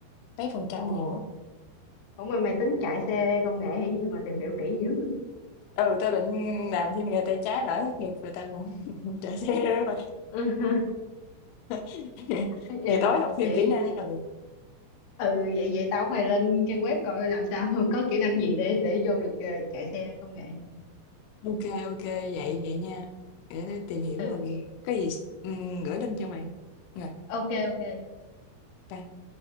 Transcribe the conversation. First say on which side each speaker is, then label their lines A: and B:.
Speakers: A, on the left; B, on the left.
A: mấy phần trăm
B: Ồ,
A: nhiều á.
B: ủa mà mày tính chạy xe công nghệ hay gì mà tìm hiểu kỹ dữ?
A: Ừ, tôi định làm thêm nghề tay trái lỡ thất nghiệp rồi tao cũng <laughs> chạy xe đó mà.
B: <laughs>
A: <laughs>
B: Vậy
A: Thì tối
B: hả?
A: học thêm
B: Vậy,
A: kỹ năng, ừ.
B: ừ, vậy vậy tao phải lên trang web coi làm sao <laughs> có kỹ năng gì để để vô được ờ, chạy xe công nghệ.
A: OK, OK, vậy vậy nha, để tao tìm hiểu
B: Ừ,
A: rồi có gì, ừm, gửi link cho mày. Rồi,
B: ok ok.
A: bye.